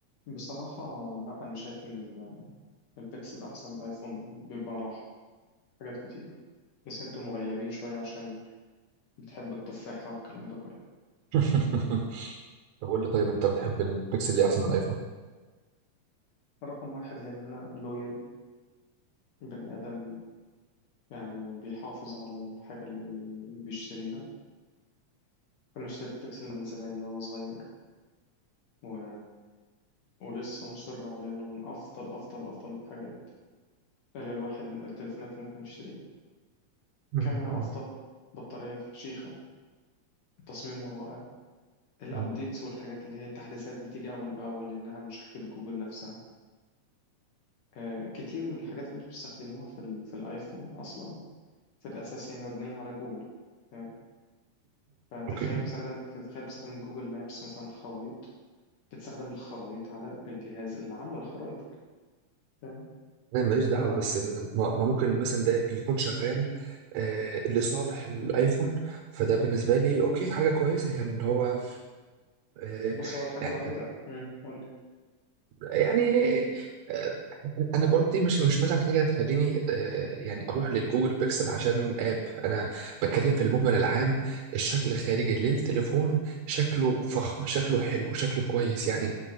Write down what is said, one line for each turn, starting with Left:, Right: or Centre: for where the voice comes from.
Left: بصراحة لا أنا شايف إن ال- البيكسل أحسن من الآيفون بيبقى راحة حاجات كتير بس أنتوا مغيبين شوية عشان بتحبوا التفاحة والكلام ده كله
Right: <laughs> طب قول لي طيب انت بتحب البيكسل ليه احسن من الايفون
Left: رقم واحد لأن أنا لويال وبني آدم يعني بيحافظ على الحاجة اللي بي- بيشتريها أنا اشتريت بيكسل من زمان من وأنا صغير و... ولسه مصر على إنه من أفضل أفضل أفضل الحاجات اللي الواحد التليفونات اللي ممكن يشتريها
Right: مم.
Left: كاميرا أفضل بطارية فشيخة تصميمه رائع الابديتس
Right: مم.
Left: والحاجات اللي هي التحديثات بتيجي اول باول لانها من شركة جوجل نفسها آه، كتير من الحاجات اللي انتوا بتستخدموها في ال- في الايفون اصلا في الاساس هي مبنية على جوجل فاهم فتخيل
Right: اوكي
Left: بتستخدم فتخيل بتستخدم جوجل مابس مثلا الخرائط بتستخدم الخرائط على الجهاز اللي عامله الخرائط فاهم
Right: انا ماليش دعوه
Left: ف
Right: بس ما ما ممكن مثلا ده يكون شغال آه لصالح الايفون فده بالنسبه لي اوكي حاجه كويسه يعني ان هو
Left: م.
Right: آه
Left: بص هو الحاجة
Right: يعني
Left: الوحيدة م، قول لي.
Right: يعني آه انا برضو دي مش مش مثلا حاجه تخليني آه يعني اروح للجوجل بيكسل عشان اب انا بتكلم في المجمل العام الشكل الخارجي للتليفون شكله فخم شكله حلو شكله كويس يعني